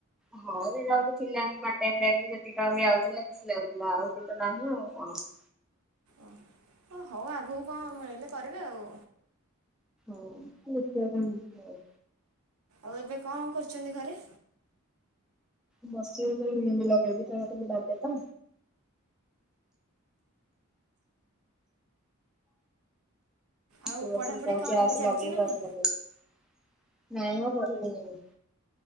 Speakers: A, in the centre; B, on the right.
A: ହଁ ସେ ଯାହା ବି ଥିଲା ଏମିତି ପାର୍ଟ ଟାଇମ୍ ରେ ବି ଯେତିକି କାମ ବି ଆଉଥିଲା ଖୁସି ଲାଗୁଥିଲା ଆଉ ସେ ତ ନାହିଁ ଆଉ କଣ। ହଁ।
B: ଓ ଓ ହଉ ଆଗକୁ କଣ ମିଳିଲେ କରିବେ ଆଉ।
A: ହଉ ଦେଖିବା କଣ ହଉଚି ଆଉ।
B: ଆଉ ଏବେ କଣ କରୁଛନ୍ତି ଘରେ?
A: ବସିଚି ଏଇଠି ଗୋଟେ ମେହେନ୍ଦି ଲଗଉଚି ତାର କାଲି ବାଡେ ତ।
B: ଆଉ
A: ସେ ବସିକି
B: ପଢ଼ାପଢ଼ି
A: କହୁଚି
B: କଣ ଏବେ
A: ଆସେ
B: ଚାଲିଛି
A: ଲଗେଇବୁ
B: ନା ନାହିଁ
A: ଆସ ଲାଗେଇବୁ। ନାଇ ମ ପଢ଼ିବିନି ମୁଁ।